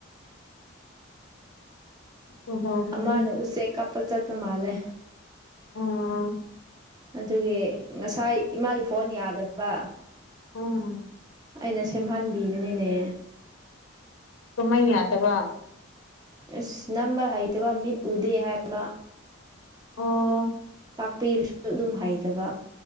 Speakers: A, on the left (about 80°); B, on the right (about 20°).
A: ꯀꯩꯗꯧꯔꯨꯅꯤ
B: ꯑꯃꯥꯅ ꯎꯆꯦꯛ ꯀꯥꯞꯄ ꯆꯠꯇꯄ ꯃꯥꯜꯂꯦ
A: ꯑꯣ
B: ꯑꯗꯨꯒꯤ ꯉꯁꯥꯏ ꯏꯃꯥꯒꯤ ꯐꯣꯟ ꯌꯥꯗꯕ
A: ꯑꯣꯝ
B: ꯑꯩꯅ ꯁꯦꯝꯍꯟꯕꯤꯕꯅꯤꯅꯦ
A: ꯀꯃꯩ ꯌꯥꯗꯕ
B: ꯑꯁ ꯅꯝꯕ ꯍꯩꯇꯕ ꯃꯤꯠ ꯎꯗꯦ ꯍꯥꯏꯕ
A: ꯑꯣ
B: ꯇꯥꯛꯄꯤꯔꯁꯨ ꯑꯗꯨꯝ ꯍꯩꯇꯕ